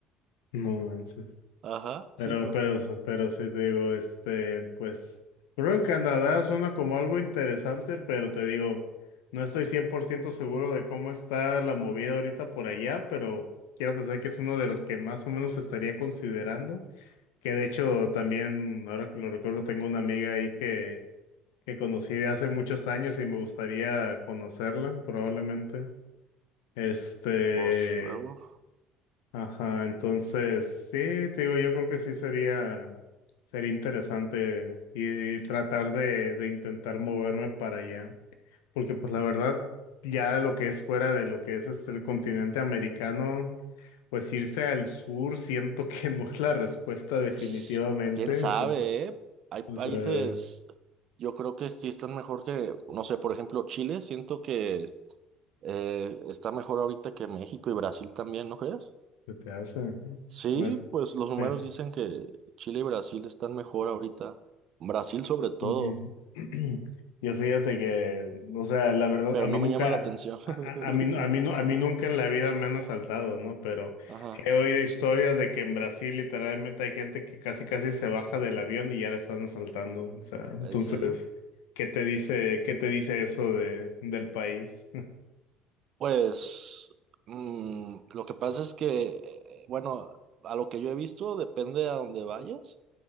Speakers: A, on the left (about 80°); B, on the right (about 55°).
A: no manches.
B: <laughs> Ajá, sí,
A: Pero,
B: pues.
A: pero, pero sí te digo, este, pues, creo que Canadá suena como algo interesante, pero te digo, no estoy 100% seguro de cómo está la movida ahorita por allá, pero quiero pensar que es uno de los que más o menos estaría considerando, que de hecho también, ahora que lo recuerdo, tengo una amiga ahí que que conocí de hace muchos años y me gustaría conocerla, probablemente. Este,
B: Pues luego.
A: ajá, entonces sí, te digo, yo creo que sí sería, sería interesante y, y tratar de, de intentar moverme para allá, porque pues la verdad, ya lo que es fuera de lo que es este, el continente americano, pues irse al sur siento que <laughs> no es la respuesta definitivamente,
B: Ps, ¿Quién sabe,
A: o sea,
B: eh? Hay países,
A: o sea,
B: yo creo que sí están mejor que, no sé, por ejemplo, Chile, siento que eh, está mejor ahorita que México y Brasil también, ¿no crees?
A: ¿qué te hace?
B: Sí,
A: Bueno,
B: pues los números
A: eh,
B: dicen que Chile y Brasil están mejor ahorita. Brasil sobre todo,
A: Ujú. <clears throat> Yo fíjate que, o sea, la verdad,
B: pero
A: a
B: no
A: mí
B: me
A: nunca,
B: llama la atención.
A: a, a-
B: <laughs>
A: a mí, no- a mí, nu- a mí nunca en la vida me han asaltado, ¿no? Pero
B: Ajá,
A: he oído historias de que en Brasil literalmente hay gente que casi casi se baja del avión y ya la están asaltando. O sea,
B: ¿en
A: entonces,
B: serio?
A: ¿qué te dice, qué te dice eso de, del país? <laughs>
B: Pues mm, lo que pasa es que, eh, bueno, a lo que yo he visto, depende a dónde vayas.